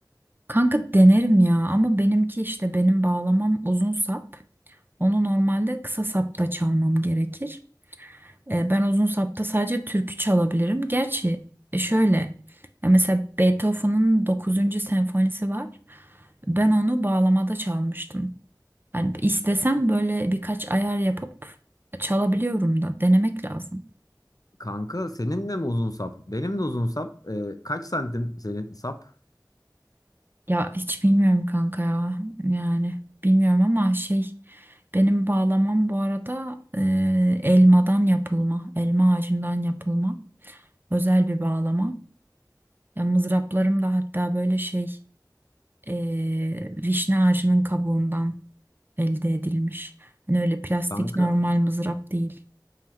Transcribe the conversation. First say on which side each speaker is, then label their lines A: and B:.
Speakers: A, on the right (about 30°); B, on the left (about 55°).
A: Kanka denerim ya ama benimki işte benim bağlamam uzun sap. Onu normalde kısa sapta çalmam gerekir. E, ben uzun sapta sadece türkü çalabilirim. Gerçi e, şöyle e, mesela Beethoven'ın dokuzuncu senfonisi var. Ben onu bağlamada çalmıştım. Yani istesem böyle birkaç ayar yapıp çalabiliyorum da denemek lazım.
B: Kanka senin de mi uzun sap? Benim de uzun sap. Ee, kaç santim senin sap?
A: Ya hiç bilmiyorum kanka ya. Yani bilmiyorum ama şey benim bağlamam bu arada e, elmadan yapılma. Elma ağacından yapılma. Özel bir bağlama. Ya mızraplarım da hatta böyle şey e, vişne ağacının kabuğundan elde edilmiş. Hani öyle plastik
B: Kanka
A: normal mızrap değil.